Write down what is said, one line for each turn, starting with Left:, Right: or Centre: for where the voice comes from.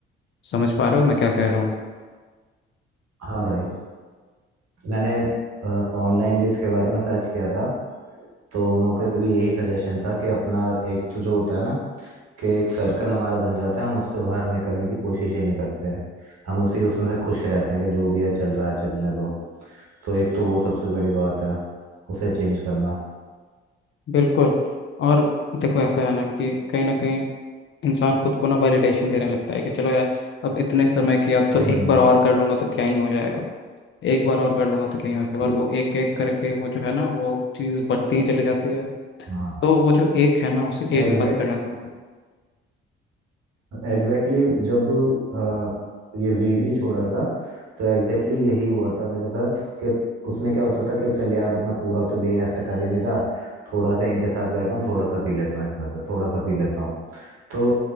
Left: समझ पा रहे हो मैं क्या कह रहा हूँ
Right: हाँ भाई मैंने ऑनलाइन भी इसके बारे में सर्च किया था तो उन लोगों का भी यही सजेशन था कि अपना एक तो जो होता है ना कि एक सर्कल हमारा बन जाता है हम उससे बाहर निकलने की कोशिश ही नहीं करते हैं हम उसी उसमें खुश रहते हैं कि जो भी है चल रहा है चलने दो तो एक तो वो सबसे बड़ी बात है उसे चेंज करना
Left: बिल्कुल और देखो ऐसा है ना कि कहीं ना कहीं इंसान खुद को ना वैलिडेशन देने लगता है कि चलो यार अब इतने समय किया तो
Right: हम्म
Left: एक बार और कर लूंगा तो क्या ही हो जाएगा एक बार और कर लूंगा तो क्या ही हो जाएगा
Right: ये
Left: और वो एक एक करके वो जो है ना वो चीज़ बढ़ती ही चली जाती है
Right: हाँ
Left: तो वो जो एक है ना उसे एक
Right: Exact
Left: मत करने दो
Right: exactly जब अ, ये वीड भी छोड़ा था तो एग्जैक्टली exactly यही हुआ था मेरे साथ कि उसमें क्या होता था कि चल यार मैं पूरा तो ले ऐसा कर ही नहीं रहा थोड़ा सा इनके साथ बैठा हूँ थोड़ा सा पी लेता हूँ इसमें से थोड़ा सा पी लेता हूँ तो